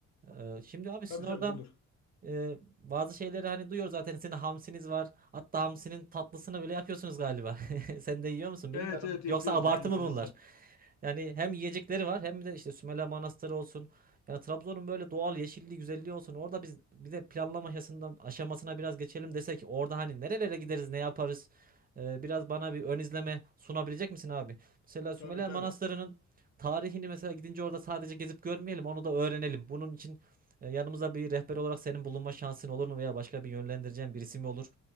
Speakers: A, on the right; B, on the left.
A: Ee, şimdi abi
B: Tabii
A: sizin orada
B: tabii olur.
A: Ee, bazı şeyleri hani duyuyoruz zaten sizin hamsiniz var. Hatta hamsinin tatlısını bile yapıyorsunuz galiba. <laughs> Sen de yiyor musun bilmiyorum.
B: Evet evet yapıyoruz
A: Yoksa abartı
B: ya enteresan.
A: mı bunlar? Yani hem yiyecekleri var hem de işte Sümele Manastırı olsun. Yani Trabzon'un böyle doğal yeşilliği, güzelliği olsun. Orada biz bir de planlama aşamasından aşamasına biraz geçelim desek orada hani nerelere gideriz, ne yaparız? Ee, biraz bana bir ön izleme sunabilecek misin abi? Mesela Sümele
B: Tabii tabii.
A: Manastırı'nın tarihini mesela gidince orada sadece gezip görmeyelim, onu da öğrenelim. Bunun için e, yanımıza bir rehber olarak senin bulunma şansın olur mu veya başka bir yönlendireceğin birisi mi olur?